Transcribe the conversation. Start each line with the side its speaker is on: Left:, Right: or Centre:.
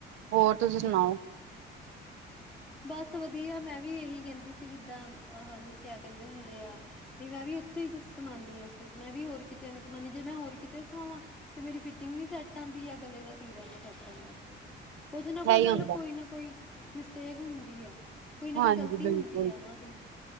Right: ਹੋਰ ਤੁਸੀਂ ਸੁਣਾਓ? <inaudible>
Centre: ਬਸ ਵਧੀਆ। ਮੈਂ ਵੀ ਇਹੀ ਕਹਿੰਦੀ ਸੀ ਜਿੱਦਾਂ, <unintelligible> ਸਾਨੂੰ ਕਿਆ ਕਹਿੰਦੇ ਹੁੰਦੇ ਆ ਨਹੀਂ, ਮੈਂ ਵੀ ਇੱਥੋਂ ਹੀ ਸਵਾਨੀਆਂ ਸੂਟ। ਮੈਂ ਵੀ ਹੋਰ ਕਿਤੇ ਨੀ ਸਵਾਦੀ। ਜੇ ਮੈਂ ਹੋਰ ਕਿਤੇ ਸਵਾਵਾਂ ਤੇ ਮੇਰੀ ਫਿਟਿੰਗ ਨੀ ਸੈਟ ਆਉਂਦੀ ਜਾਂ ਗਲੇ ਦਾ ਤੀਰਾ ਨੀ ਸੈੱਟ ਆਉਂਦਾ ਕਦੇ। ਕੁਛ ਨਾ ਕੁਛ
Right: ਇਹੀ
Centre: ਮਤਲਬ
Right: ਹੁੰਦਾ
Centre: ਕੋਈ ਨਾ ਕੋਈ, ਮਿਸ਼ਟੇਕ ਹੁੰਦੀ ਆ। ਕੋਈ ਨਾ
Right: ਹਾਂਜੀ
Centre: ਕੋਈ ਗਲਤੀ
Right: ਬਿਲਕੁਲ
Centre: ਹੁੰਦੀ ਆ ਉਹਨਾ ਦੀ।